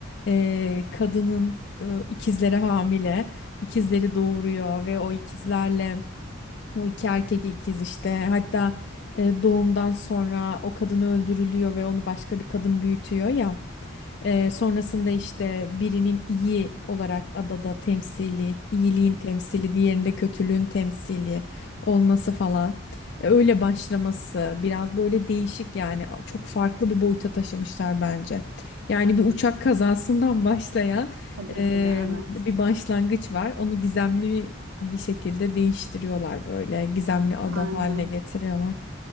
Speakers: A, on the left (about 55°); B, on the right (about 70°).
A: e, kadının e, ikizleri hamile, ikizleri doğuruyor ve o ikizlerle o iki erkek ikiz işte. Hatta e, doğumdan sonra o kadın öldürülüyor ve onu başka bir kadın büyütüyor ya. Ee, sonrasında işte birinin iyi olarak adada temsili, iyiliğin temsili, diğerinde kötülüğün temsili olması falan. Ee, öyle başlaması biraz böyle değişik yani A- çok farklı bir boyuta taşımışlar bence. Yani bir uçak kazasından <laughs> başlayan
B: Tabii
A: e,
B: ki de evet.
A: bir başlangıç var. Onu gizemli bir şekilde değiştiriyorlar böyle gizemli ada
B: Aynen.
A: haline getiriyorlar.